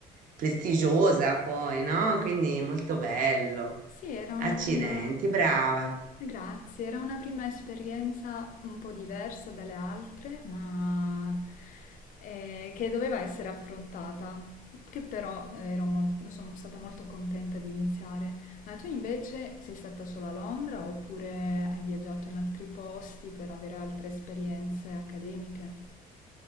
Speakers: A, on the right; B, on the left.
A: prestigiosa poi, no? Quindi molto bello.
B: Sì, era
A: Accidenti,
B: una prima...
A: brava.
B: Grazie, era una prima esperienza un po' diversa dalle altre, ma eh, che doveva essere affrontata, che però eh, ero mol- sono stata molto contenta di iniziare. Ma tu invece sei stata solo a Londra oppure hai viaggiato in altri posti per avere altre esperienze accademiche?